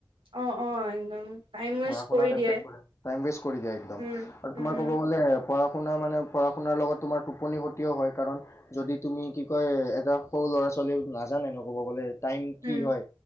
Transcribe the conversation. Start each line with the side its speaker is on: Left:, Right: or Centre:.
Right: অ', অ', একদম। টাইম ৱেষ্ট
Left: পঢ়া শুনাত
Right: কৰি দিয়ে
Left: এফেক্ট কৰে, টাইম ৱেজ কৰি দিয়ে একদম
Right: উম
Left: আৰু
Right: উম
Left: তোমাৰ ক'ব গ'লে পঢ়া শুনা মানে পঢ়া শুনাৰ লগত তোমাৰ টোপনি ক্ষতিও হয় কাৰণ যদি তুমি কি কয় এটা সৰু ল'ৰা-ছোৱালী নাজানে ন ক'ব গ'লে। টাইম কি
Right: উম
Left: হয়,